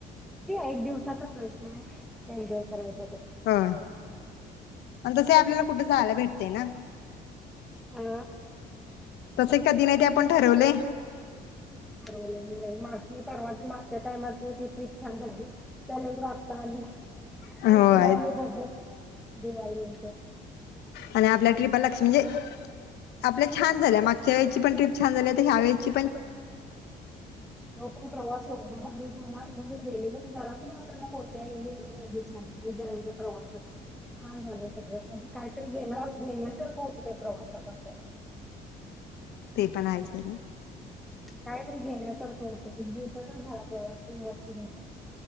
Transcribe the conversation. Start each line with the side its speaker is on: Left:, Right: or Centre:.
Centre: एक दिवसाचा प्रश्न आहे. ह बराय <unintelligible>
Left: ह आणि तस ही आपल्याला कुठे जायाला भेटते ना,
Centre: आ
Left: तसे कधी नाही, ते आपण ठरवले.
Centre: ठरवले होय मागच्या, परवाच्या, मागच्या टायमात म ती ट्रिप छान झाली. त्यानंतर आता आली,
Left: होय
Centre: मग पुढे आली बघू, दिवाळी नंतर.
Left: आणि आपल्या ट्रीपा लक्ष्य म्हणजे आपल्या छान झाल्या मागच्या वेल पण ट्रीप छान झाली. आता ह्यावेळेची
Centre: पण प्रवास एवढा भारी झाला म्हणजे झेलेून झाला आपल्याला कोणत्याही झालं प्रवासात छान झालं सगळं म्हणजे कायतरी घेण्या घेण्यासारखं होत त्या प्रवासात आपल्याला
Left: ते पण आहे खरं
Centre: कायतरी घेण्यासारखे होत एक दिवसातच राहतो वस्ती